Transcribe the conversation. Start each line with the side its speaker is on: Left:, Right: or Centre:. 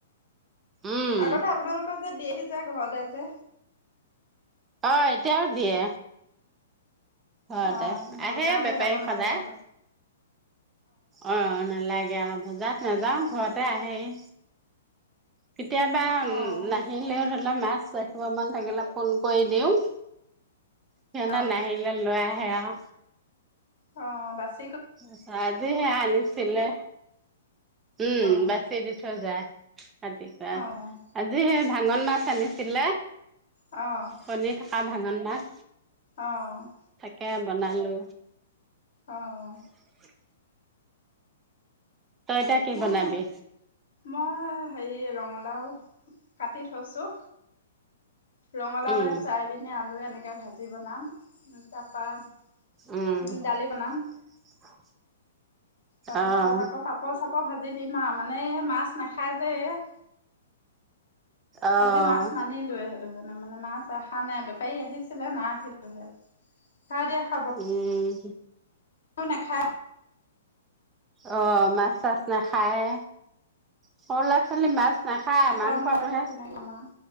Right: উম,
Left: আগতে আপোনালোকৰ যে দি আহি যায় ঘৰতে যে।
Right: অ'এতিয়াও দিয়ে। ঘৰতে
Left: অ' বজাৰলৈ
Right: আহেয়ে বেপাৰী
Left: যাব নালাগে
Right: সদায়।
Left: আৰু
Right: অ' নালাগে আৰু বজাৰত নাযাও ঘৰতে আহেই। কেতিয়াবা
Left: অ'
Right: নাহিলেও ধৰি লওক মাছ ৰাখিব মান থাকিলে ফোন কৰি দিওঁ। সিহতে
Left: অ'
Right: নাহিলে লৈ আহে আও।
Left: অ' বাছ
Right: অ' আজি হে আনিছিলে। উম,
Left: অ'
Right: বাছি দি থৈ যায় কাটিকে।
Left: অ'
Right: আজি সে ভাঙন মাছ আনিছিলে।
Left: অ',
Right: কণী থাকা ভাঙন মাছ।
Left: অ',
Right: তাকে বনালোঁ।
Left: অঁ।
Right: <inaudible> তই এতিয়া কি
Left: মই
Right: বনাবি?
Left: মই হেৰি ৰঙলাও কাটি থৈছো। ৰঙলাওয়ে,
Right: উম
Left: চয়াবিনে, আলুৱে এনেকে ভাজি বনাম। তাৰপৰা
Right: উম
Left: দালি বনাম।
Right: <inaudible>
Left: তাৰপিছত
Right: অহ
Left: আকৌ পাপৰ চাপৰ ভাজি দিম আও, মানে এই মাছ নাখায় যে এই।
Right: অহ
Left: আজি মাছ নানিলো হে সেটোকাৰণে মানে মাছ ৰখা নাই বেপাৰী আহিছিলে নাৰাখিলোহে খায় দিয়া।
Right: উম।
Left: তো নেখায়
Right: অ মাছ চাছ নেখায় সৰু ছোৱালী মাছ নেখায়
Left: আছা
Right: মাংসটোহে,
Left: মইনো কেনেকে খাম আও।